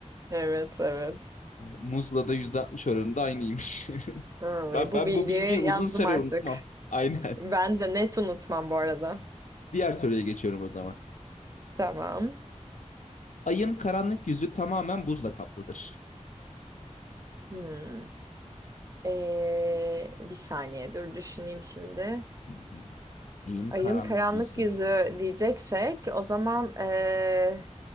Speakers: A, on the right (about 25°); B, on the left (about 75°).
A: Evet, evet.
B: Muzla da %60 oranında aynıymış. <laughs>
A: Ay,
B: Ben,
A: bu
B: ben
A: bilgiyi
B: bu bilgiyi uzun
A: yazdım
B: süre
A: artık.
B: unutmam. Aynen.
A: Ben de net unutmam bu arada.
B: Diğer soruya geçiyorum o zaman.
A: Tamam.
B: Ayın karanlık yüzü tamamen buzla kaplıdır.
A: Hmm. Ee, bir saniye dur düşüneyim şimdi.
B: Hı hı. Ayın
A: Ayın
B: karanlık
A: karanlık
B: yüzü.
A: yüzü diyeceksek o zaman ee,